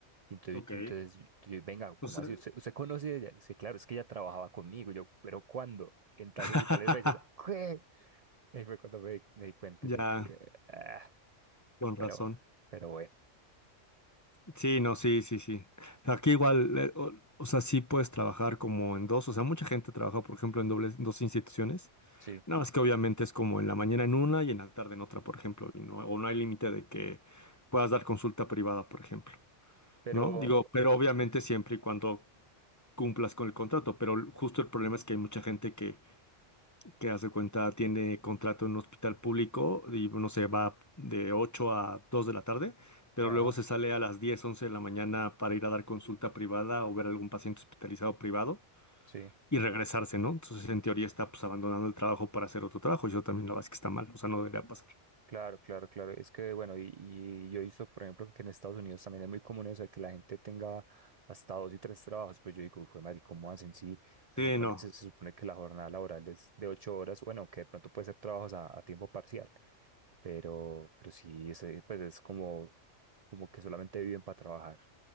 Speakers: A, on the right; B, on the left.
A: Y entonces,
B: Ok.
A: entonces yo, venga, ¿cómo
B: O sea,
A: así? ¿Usted, usted conoce a ella? Es que claro, es que ella trabajaba conmigo, Y yo, pero ¿cuándo? En tales
B: <laughs>
A: y tales fechas. ¿Qué? Y ahí fue cuando me, me di cuenta
B: ya,
A: yo que, ah,
B: con razón.
A: pero, pero bueno,
B: Sí, no, sí, sí, sí. Aquí igual, eh, o, o sea, sí puedes trabajar como en dos. O sea, mucha gente trabaja, por ejemplo, en dobles, en dos instituciones.
A: sí,
B: No, es que obviamente es como en la mañana en una y en la tarde en otra, por ejemplo, y no, o no hay límite de que puedas dar consulta privada, por ejemplo,
A: pero,
B: ¿no? Digo, pero obviamente siempre y cuando cumplas con el contrato, pero justo el problema es que hay mucha gente que, que hace cuenta, tiene contrato en un hospital público y, no sé, va de 8 a 2 de la tarde, pero
A: ajá.
B: luego se sale a las 10 11 de la mañana para ir a dar consulta privada o ver algún paciente hospitalizado privado
A: Sí.
B: y regresarse, ¿no? Entonces, en teoría está pues abandonando el trabajo para hacer otro trabajo. Yo también la verdad es que está mal, o sea, no debería pasar.
A: Claro, claro, claro. Es que, bueno, y, y yo he visto, por ejemplo, que en Estados Unidos también es muy común eso de que la gente tenga hasta dos y tres trabajos. Pues yo digo, fue madre, ¿cómo hacen? Sí, se
B: Sí,
A: supone,
B: no.
A: se, se supone que la jornada laboral es de ocho horas, bueno, que de pronto puede ser trabajos a, a tiempo parcial, pero, pero sí, ese, pues es como, como que solamente viven para trabajar.